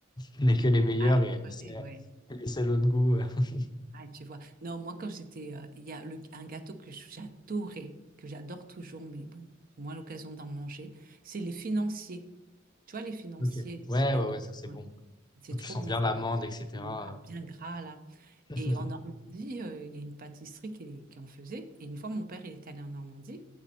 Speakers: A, on the left; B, on the right.
A: prenait que les meilleurs
B: Ah, elle
A: et
B: prenait,
A: elle laissait,
B: ouais.
A: elle laissait l'autre goût. euh. <laughs>
B: Ah, tu vois. Non, moi, quand j'étais, euh, il y a le, un gâteau que j'adorais, que j'adore toujours, mais bon, moins l'occasion d'en manger, c'est les financiers. Tu vois, les financiers,
A: Ok.
B: les
A: Ouais,
B: petits gâteaux.
A: ouais, ouais, ça c'est
B: Ouais.
A: bon.
B: C'est trop
A: Tu sens
B: bon,
A: bien
B: ça.
A: l'amande, etc.
B: Ah, bien gras, là.
A: <laughs>
B: Et en Normandie, euh, il y a une pâtisserie qui, qui en faisait. Et une fois, mon père, il est allé en Normandie.